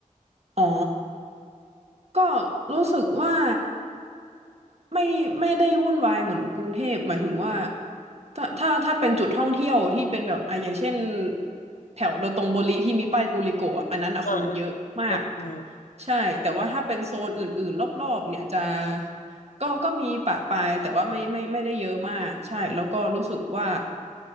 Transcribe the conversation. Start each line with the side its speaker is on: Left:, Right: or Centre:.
Right: อ๋อก็รู้สึกว่าไม่ไม่ได้วุ่นวายเหมือนกรุงเทพหมายถึงว่าถ้าถ้าถ้าเป็นจุดท่องเที่ยวที่เป็นแบบอ่ะอย่างเช่นแถวโดตงโบริที่มีป้ายกูลิโกะอะอันนั้นอ่ะคนเยอะมาก
Left: อ่าอ่าอ่าอา
Right: ใช่แต่ว่าถ้าเป็นโซนอื่นๆรอบๆเนี่ยจะก็ก็มีปะปายแต่ว่าไม่ไม่ไม่ได้เยอะมากใช่แล้วก็รู้สึกว่า